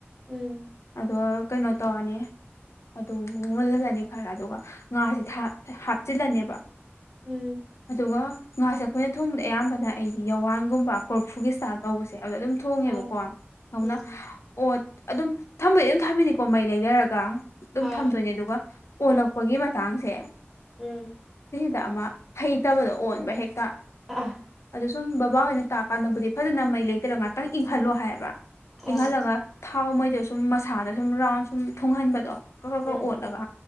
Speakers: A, in the centre; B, on the left (about 85°).
A: ꯎꯝ
B: ꯑꯗꯣ ꯀꯩꯅꯣ ꯇꯧꯔꯅꯤ ꯑꯗꯨ ꯃꯨꯜꯍꯜꯂꯅꯤ ꯈꯔ ꯑꯗꯨꯒ ꯉꯥꯁꯦ
A: ꯎꯝ
B: ꯊꯥꯛ ꯍꯥꯞꯆꯤꯜꯂꯅꯦꯕ
A: ꯎꯝ
B: ꯑꯗꯨꯒ ꯉꯥꯁꯦ ꯑꯩꯈꯣꯏꯅ ꯊꯣꯡꯕꯗ ꯑꯌꯥꯝꯕꯅ ꯑꯩꯗꯤ ꯌꯥꯋꯥꯟꯒꯨꯝꯕ ꯀꯣꯔꯐꯨꯒꯤ ꯏꯁꯇꯥꯏꯜ ꯇꯧꯕꯁꯦ ꯑꯗꯨꯗ ꯑꯗꯨꯝ ꯊꯣꯡꯉꯦꯕꯀꯣ
A: ꯑꯥ
B: ꯍꯧꯅ
A: ꯎꯝ
B: ꯑꯣꯠ ꯑꯗꯨꯝ ꯊꯝꯕꯗꯤ ꯑꯗꯨꯝ ꯊꯝꯃꯤꯅꯤꯀꯣ ꯃꯩ ꯂꯩꯊꯔꯒ ꯑꯗꯨꯝ
A: ꯑꯥ
B: ꯊꯝꯗꯣꯏꯅꯦ ꯑꯗꯨꯒ ꯑꯣꯜꯂꯛꯄꯒꯤ ꯃꯇꯥꯡꯁꯦ
A: ꯎꯝ
B: ꯗ ꯑꯃ ꯍꯩꯇꯕꯗ ꯑꯣꯟꯕ ꯍꯦꯛꯇ
A: ꯑꯥ
B: ꯑꯗꯨ <unintelligible> ꯁꯨꯝ ꯕꯕꯥꯍꯣꯏꯅ ꯇꯥꯛꯀꯥꯟꯗꯕꯨꯗꯤ ꯐꯖꯅ ꯃꯩ ꯂꯩꯗꯔꯒ ꯉꯥꯛꯇꯪ ꯏꯪꯍꯜꯂꯣ ꯍꯥꯏꯌꯦꯕ
A: ꯑꯥ
B: ꯏꯪꯍꯜꯂꯒ ꯊꯥꯎꯃꯩꯗꯨ ꯁꯨꯝ ꯃꯁꯥꯗ ꯁꯨꯝ ꯔꯥꯎꯟ ꯁꯨꯝ ꯊꯨꯡꯍꯟꯕꯗꯣ ꯀꯛ ꯀꯛ
A: ꯎꯝ
B: ꯀꯛ ꯑꯣꯠꯂꯒ
A: ꯎꯝ